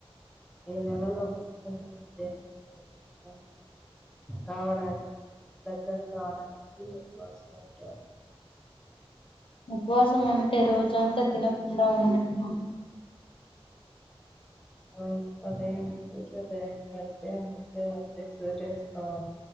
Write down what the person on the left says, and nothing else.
ఉపవాసం అంటే రోజంత తినకుండ ఉండటమ?